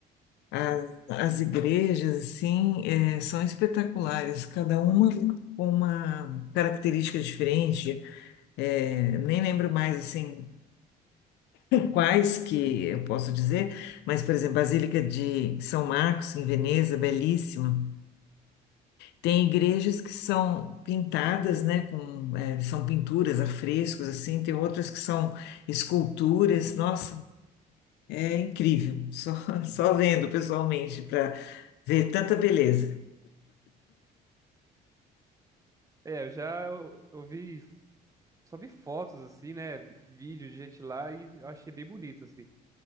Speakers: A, on the left; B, on the right.
A: A- as igrejas, assim, eh, são espetaculares, cada uma com uma característica diferente. É, nem lembro mais assim quais que eu posso dizer, mas, por exemplo, Basílica de São Marcos, em Veneza, belíssima. Tem igrejas que são pintadas, né, com, eh, são pinturas, afrescos, assim, tem outras que são esculturas, nossa, é incrível, só, <laughs> só vendo pessoalmente para ver tanta beleza.
B: É, eu já eu, eu vi, só vi fotos assim, né? Vídeo de gente lá e eu achei bem bonito, assim.